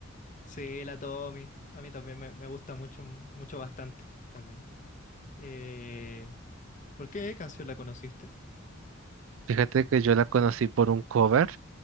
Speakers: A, on the left; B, on the right.
A: Sí, la Tommy. A mí también me, me gusta mucho, mucho bastante también. Eh, ¿por qué canción la conociste?
B: Fíjate que yo la conocí por un cover